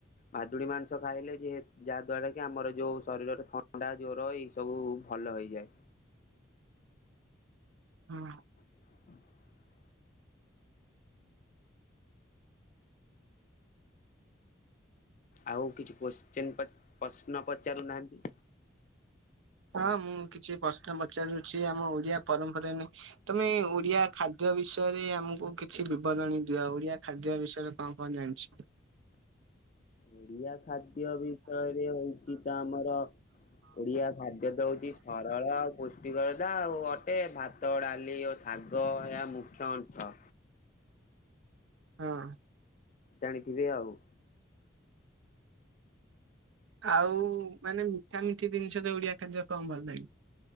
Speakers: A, on the left (about 40°); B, on the right (about 75°).
A: ଭାଦୁଡି ମାଂସ ଖାଇଲେ ଯେ ଯାହା ଦ୍ଵାରା କି ଆମର ଯୋଉ ଶରୀରରେ ଥଣ୍ଡା ଜ୍ଵର ଏଇ ସବୁ ଭଲ ହେଇଯାଏ।
B: ଉଁ।
A: <inaudible> ଆଉ କିଛି କୋଶ୍ଚିନ୍ ପ୍ରଶ୍ନ ପଚାରୁାନାହାନ୍ତି।
B: ହଁ ମୁଁ କିଛି ପ୍ରଶ୍ନ ପଚାରୁଛି ଆମ ଓଡିଆ ପରମ୍ପରା ନେଇ ତମେ ଓଡିଆ ଖାଦ୍ୟ ବିଷୟରେ ଆମକୁ କିଛି ବିବରଣୀ ଦିଅ ଓଡିଆ ଖାଦ୍ୟ ବିଷୟରେ କଣ କଣ ଜାଣିଛ।
A: ଓଡିଆ ଖାଦ୍ୟ ବିଷୟରେ ହଉଚି ତ ଆମର ଓଡିଆ ଖାଦ୍ୟ ତ ହଉଚି ସରଳ ଆଉ ପୋ କରଦା ଆଉ ଅଟେ ଭାତ ଡାଲି ଓ ଶାଗ ଏହା ମୁଖ୍ୟ ଅଂଶ।
B: ହଁ।
A: ଜାଣିଥିବେ ଆଉ।
B: ଆଉ ମାନେ ମିଠା ମିଠି ଦିନିଷରେ ଓଡିଆ କାର୍ଯ୍ୟ କଣ ଭଲ ଲାଗେ?